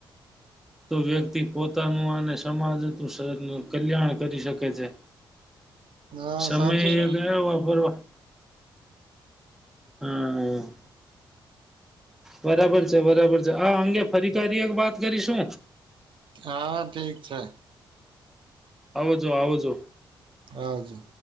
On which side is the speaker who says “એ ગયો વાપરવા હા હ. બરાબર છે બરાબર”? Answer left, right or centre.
Centre